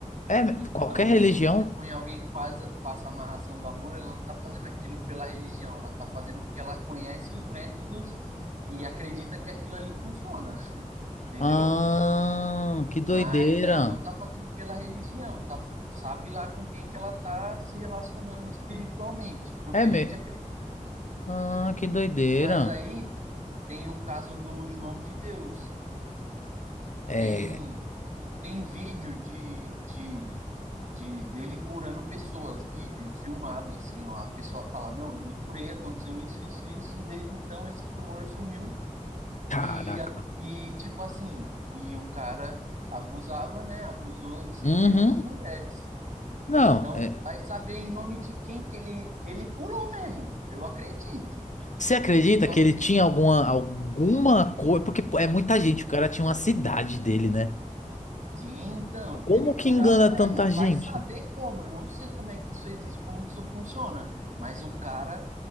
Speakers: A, on the left; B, on the right.
A: é me-
B: Então,
A: qualquer religião?
B: se você põe alguém que faz, faça a amarração do amor, ela não está fazendo aquilo pela religião, ela está fazendo porque ela conhece os métodos e acredita que aquilo ali funciona, entendeu?
A: Ah, que doideira.
B: Mas ela não está fazendo pela religião, tá, sabe lá com quem que ela está se relacionando espiritualmente, porque
A: É mesmo.
B: a gente acredita.
A: Ah, que doideira.
B: Mas aí tem o caso do João de Deus,
A: É,
B: tem Tem vídeo de, de, de dele curando pessoas, vídeo filmado, assim, ó, a pessoa fala, não, eu me curei, aconteceu isso, isso, isso, e desde então esse tumor sumiu.
A: caraca.
B: E, a- e tipo assim, e o cara abusava, né? Abusou centenas
A: Uhum.
B: de mulheres.
A: Não,
B: Então,
A: é,
B: vai saber em nome de quem que ele, ele curou mesmo. Eu acredito.
A: você acredita
B: Só
A: que
B: que
A: ele tinha alguma alguma coisa, porque pô, é muita gente, o cara tinha uma cidade
B: né,
A: dele, né?
B: Sim, então,
A: Como
B: ele curava
A: que engana
B: mesmo.
A: tanta gente?
B: Vai saber como. Eu não sei como é que isso existe, como que isso funciona. Mas o cara